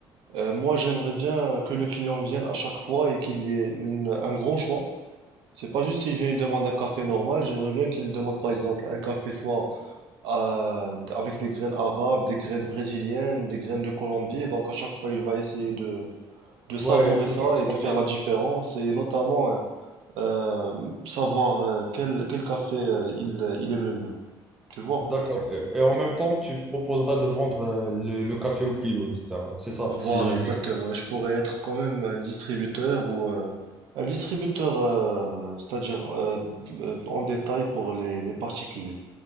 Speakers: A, on the right; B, in the centre.
A: Euh, moi, j'aimerais bien que le client vienne à chaque fois et qu'il y ait une, un grand choix. C'est pas juste s'il vient et demande un café normal, j'aimerais bien qu'il demande par exemple un café soit euh, avec des graines arabes, des graines brésiliennes, des graines de Colombie. Et donc à chaque fois, il va essayer de, de savourer
B: Ouais, le
A: ça
B: café, 100
A: et de faire
B: 000.
A: la différence et notamment euh, euh, savoir euh, quel, quel café euh, il, il aime le mieux. Tu vois?
B: D'accord. Et et en même temps, tu proposeras de vendre euh, le, le café au kilo, etc. C'est ça,
A: Voilà,
B: c'est JB.
A: exactement. Et je pourrais être quand même un distributeur ou euh, un distributeur, euh, c'est-à-dire euh, euh, en détail pour les, les particuliers.